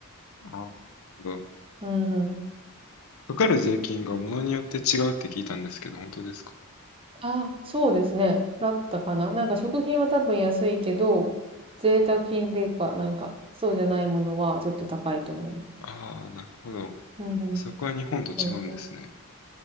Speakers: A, on the left; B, on the right.
A: ど。あーなるほど
B: うんうん。
A: かかる税金が物によって違うって聞いたんですけど、本当ですか
B: あ、そうですね。だったかな。なんか食品は多分安いけど、贅沢品っていうか、なんか、そうじゃないものはちょっと高いと思います。
A: ああー、なるほど。
B: うんうん。
A: そこは日本と違うんですね。
B: そうそう。